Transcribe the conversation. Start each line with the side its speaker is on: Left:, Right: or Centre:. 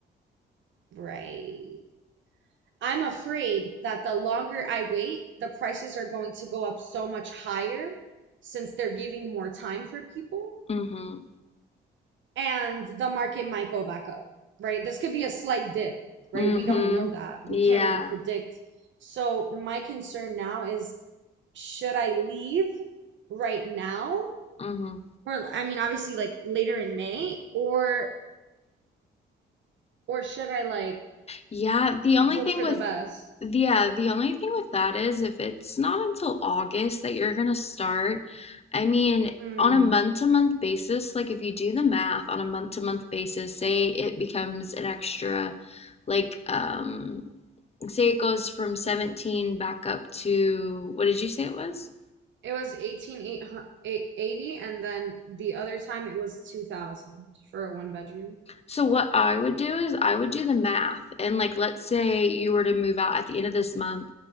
Right: right? I'm afraid that the longer I wait, the prices are going to go up so much higher since they're giving more time for people,
Left: Mm-hmm.
Right: and the market might go back up, right? This could be a slight dip, right?
Left: Mm-hmm.
Right: We don't know that. We
Left: Yeah.
Right: can't really predict. So my concern now is should I leave right now?
Left: Mm-hmm.
Right: Or I mean, obviously like later in May, or or should I like
Left: Yeah, the only
Right: hope
Left: thing
Right: for
Left: with
Right: the best?
Left: yeah, the only thing with that is if it's not until August that you're gonna start, I mean,
Right: Hmm.
Left: on a month to month basis, like if you do the math on a month to month basis, say it becomes an extra like um say it goes from 17 back up to what did you say it was?
Right: It was 1880 and then the other time it was 2000 for a one bedroom.
Left: So what I would do is I would do the math and like let's say you were to move out at the end of this month,